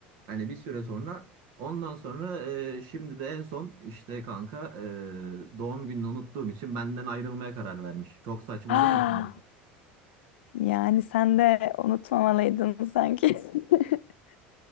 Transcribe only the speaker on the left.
Ah,
yani sen de unutmamalıydın sanki. <laughs>